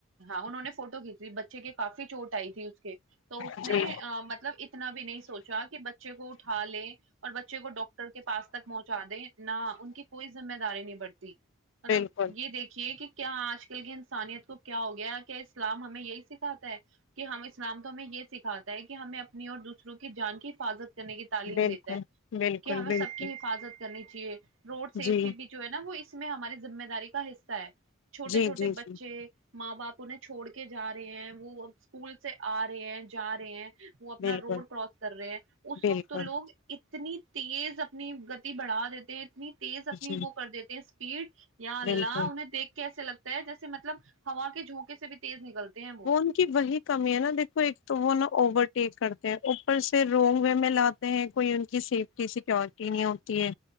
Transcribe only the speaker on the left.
جی
بالکل
بالکل
بالکل
بالکل
جی
جی
جی
جی
بالکل
بالکل
جی
بالکل
وہ ان کی وہی کمی ہے نا دیکھو ایک تو وہ نا اوورٹیک کرتے ہیں اوپر سے رونگ وے میں لات کوئی ان کی سیفٹی سیکورٹی نہیں ہوتی ہے